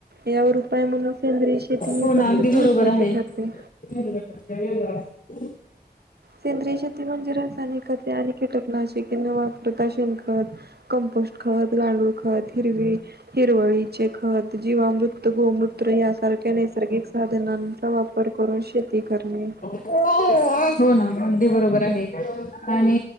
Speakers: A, on the right; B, on the left.
A: यावर उ पाय म्हणून सेंद्रीय शेती ही
B: हो ना
A: पद्धत
B: अगदी
A: महत्त्वाची
B: बरोबर आहे
A: ठरते.
B: <inaudible>
A: सेंद्रिय शेती म्हणजे रासायनिक खते आणि कीटकनाशके न वापरता. शेणखत कंपोस्ट खत. गांडूळ खत. हिरवी हिरवळीचे खत. जीवामृत गोमूत्र यासारख्या नैसर्गिक साधनांचा वापर करून शेती करणे.
B: <unintelligible> हो ना, अदी बरोबर आहे. आणि